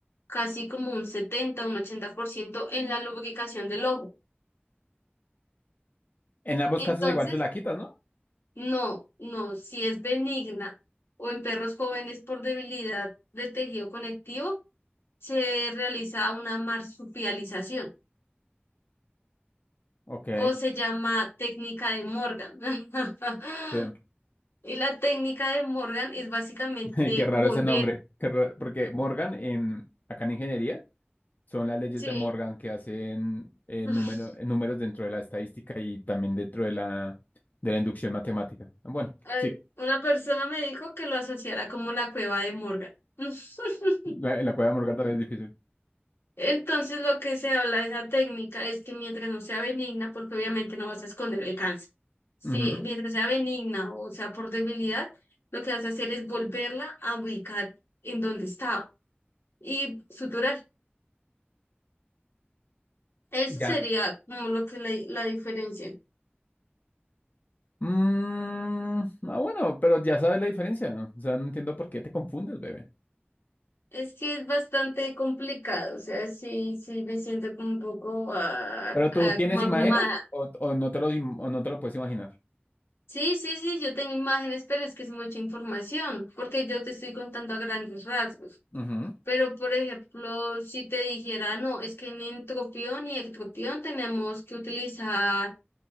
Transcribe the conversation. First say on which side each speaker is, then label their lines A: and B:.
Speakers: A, on the left; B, on the left.
A: casi como un 70 un 80% en la lubricación del ojo.
B: En ambos
A: Entonces,
B: casos igual se la quitas, ¿no?
A: no, no, si es benigna o en perros jóvenes por debilidad de tejido conectivo, se realiza una marsupialización
B: Ok.
A: o se llama técnica de Morgan. <laughs>
B: Sí.
A: Y la técnica de Morgan es básicamente
B: <laughs> Qué raro
A: volver,
B: ese nombre. Qué ra- Porque Morgan en acá en ingeniería. Son las leyes
A: sí.
B: de Morgan que hacen eh,
A: <laughs>
B: número- eh, números dentro de la estadística y también dentro de la, de la inducción matemática. Bueno,
A: eh,
B: sí,
A: una persona me dijo que lo asociara como la cueva de Morgan. <laughs>
B: la, la cueva de Morgan también es difícil.
A: Entonces lo que se habla de esa técnica es que mientras no sea benigna, porque obviamente no vas a esconder el cáncer, si
B: Ujú,
A: mientras sea benigna o sea por debilidad, lo que vas a hacer es volverla a ubicar en donde estaba y suturar. Eso
B: y Ya.
A: sería como lo que la, la diferencia.
B: Mm, ah, bueno, pero ya sabes la diferencia. O sea, no entiendo por qué te confundes, bebé.
A: Es que es bastante complicado, o sea, sí, sí me siento como un poco ah,
B: ¿Pero
A: ah,
B: tú tienes
A: como
B: imágenes
A: abrumada
B: o, o no te los im- o no te lo puedes imaginar?
A: Sí, sí, sí, yo tengo imágenes, pero es que es mucha información, porque yo te estoy contando a grandes rasgos.
B: Ujú,
A: Pero, por ejemplo, si te dijera, no, es que en entropión y ectropión tenemos que utilizar